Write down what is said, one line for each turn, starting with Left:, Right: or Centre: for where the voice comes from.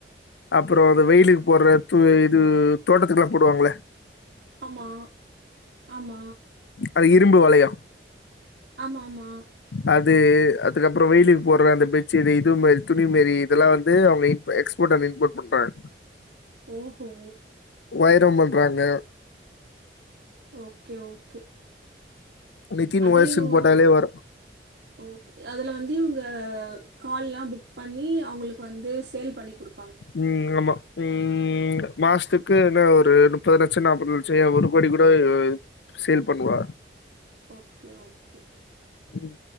Left: அப்புறோ அந்த வெயிலுக்கு போட்ற தூ இது தோட்டத்துக்குலா போடுவாங்ள
Right: ஆமா ஆமா
Left: அத இரும்பு வளையோ
Right: ஆமாம்மா
Left: அதூ அதுக்கப்புறோ வெயிலுக்கு போட்ற அந்த பெட்சீடு இதுவு மாரி துணி மாரி இதெல்லா வந்து அவுங்க இன் எக்ஸ்போட் அண்ட் இம்போட் பண்றாங்
Right: ஓஹோ
Left: வைரு பண்றாங்க
Right: ஓகே ஓகே
Left: நிதின்
Right: அதுல
Left: ஒயர்ஸ்ன்னு
Right: இவுங்க
Left: போட்டாலே வரு
Right: ஓகே அதுல வந்து இவ்ங்க கால்லா புக் பண்ணி அவுங்ளுக் வந்து சேல் பண்ணி குடு
Left: ம் ஆமா ம் இங்க மாஸ்த்துக்கு என்ன ஒரு நுப்பது லட்சோ நாப்பது லட்சோ ஏ ஒரு கோடி கூட சேல் பண்ணுவா
Right: ஓகே ஓகே
Left: ம்,